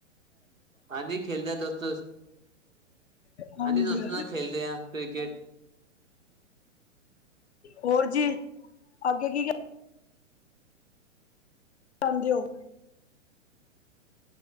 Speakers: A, on the right; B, on the left.
A: ਹਾਂਜੀ ਖੇਲਦੇ ਆ ਦੋਸਤੋ
B: ਹਾਂਜੀ
A: ਦੋਸਤੋ ਨਾਲ ਖੇਲਦੇ ਆ ਕ੍ਰਿਕਟ
B: ਹੋਰ ਜੀ, ਅੱਗੇ ਕੀ ਕਰਦੇ ਓ?